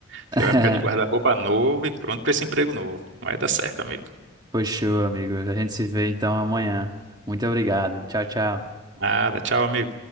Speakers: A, on the right; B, on the right.
A: Você
B: <laughs>
A: vai ficar de guarda-roupa novo e pronto pra esse emprego novo. Vai dar certo, amigo.
B: Pois amigo. A gente se vê então amanhã. Muito obrigado. Tchau, tchau.
A: Nada, tchau, amigo.